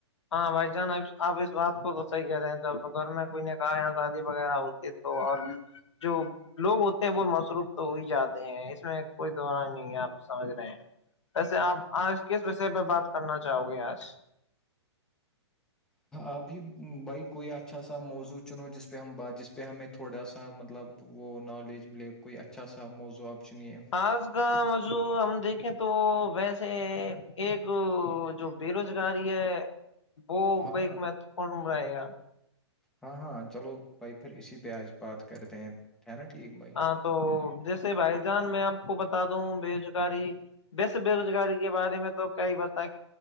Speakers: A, on the left (about 85°); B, in the centre.
A: ہاں بھائی جان آپ اس بات کو تو صحی کہہ رہے ہیںو گھر میں کوئی نے کہا اپرادی وغیرہ ہوتے تو اور جو <unintelligible> لوگ ہوتے ہیں وہ مصروف تو ہو ہی جاتے ہیں اس میں کوئی دورہ نہیں ہے آپ سمجھ رہے ہیں ویسے آپ آج کس وشے پ بات کرنا چاہو گے آج
B: آپ ہی بھائی کوئی اچھا سا موضوع چنو جس پہ ہم بات جس پہ ہمیں تھوڑا سا مطلب وہ نالج ملے کوئی اچھا سا موضوع آپ چنیے
A: آس گا مض ہم دیکھیں تو ویسے ایک <inaudible> جو بے روزگاری ہے وہ
B: ہاں
A: ایک مہتوپورن عمرے گا
B: ہاں ہاں چلو بھائی پھر اسی پہ آج بات کرتے ہیں ہے نا ٹھیک ب
A: ہاں تو جیسے بھائی جان میں آپ کو بتا دوں بے روزگاری ویسے بے روزگاری کے بارے میں تو کیا ہی بتا